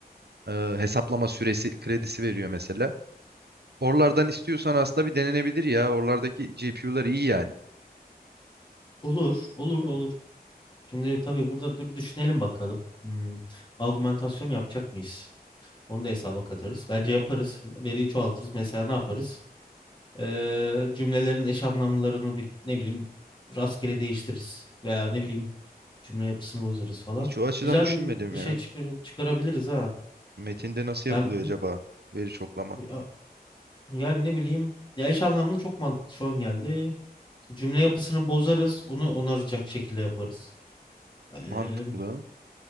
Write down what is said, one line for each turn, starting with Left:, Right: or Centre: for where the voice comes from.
Right: Ee, hesaplama süresi kredisi veriyor mesela. Oralardan istiyorsan aslında bir denenebilir ya. Oralardaki GPU'lar iyi yani.
Left: Olur, olur, olur. Şimdi tabii burada dur düşünelim bakalım. Hmm, Augmentasyon yapacak mıyız? Onu da hesaba katarız. Bence yaparız. Veriyi çoğaltırız. Mesela ne yaparız? Ee, cümlelerin eş anlamlarını bil- ne bileyim rastgele değiştiririz. Veya ne bileyim cümle yapısını bozarız falan.
Right: Hiç o açıdan
Left: Güzel
Right: düşünmedim
Left: bir, bir
Right: ya.
Left: şey çıkar- çıkarabiliriz ha.
Right: Metinde nasıl
Left: Yani,
Right: yapılıyor acaba veri çoklama?
Left: ya- yani ne bileyim. Ya eş anlamlı çok mantıklı şu an geldi. Cümle yapısını bozarız. Onu onaracak şekilde yaparız. Ee,
Right: Mantıklı.